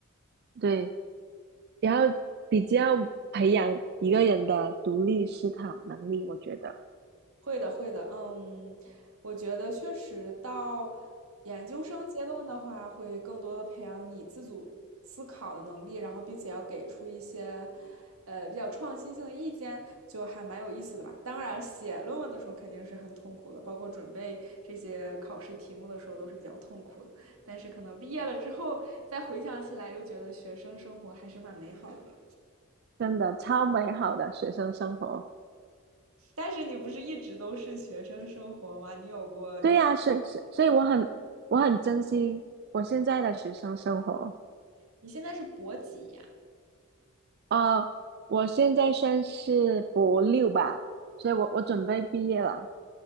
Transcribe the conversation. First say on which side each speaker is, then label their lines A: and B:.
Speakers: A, on the right; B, on the right.
A: 对，然后比较培养一个人的独立思考能力，我觉得。
B: 会的，会的，嗯，我觉得确实到研究生阶段的话，会更多的培养你自主思考的能力，然后并且要给出一些，呃，比较创新性的意见，就还蛮有意思的吧。当然，写论文的时候肯定是很痛苦的，包括准备这些考试题目的时候都是比较痛苦的。但是可能毕业了之后，再回想起来，又觉得学生生活还是蛮美好的吧。
A: 真的超美好的学生生活。
B: 但是你不是一直都是学生生活吗？你有过就是
A: 对呀、所以所以所以我很我很珍惜我现在的学生生活。
B: 你现在是博几呀？
A: 呃，我现在算是博六吧，所以我我准备毕业了。